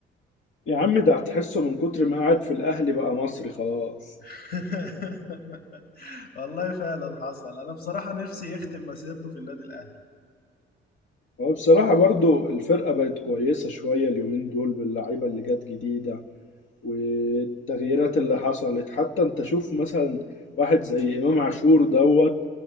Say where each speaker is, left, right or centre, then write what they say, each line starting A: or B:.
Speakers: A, on the left; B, on the left.
A: يا عم ده هتحسه من كتر ما قعد في الاهلي بقى مصري خلاص
B: <laughs> والله فعلا حصل انا بصراحة نفسي يختم مسيرته في النادي الاهلي
A: هو بصراحة برضو الفرقة بقت كويسة شوية اليومين دول باللعيبة اللي جت جديدة والتغييرات اللي حصلت حتى انت شوف مثلا واحد زي امام عاشور دوت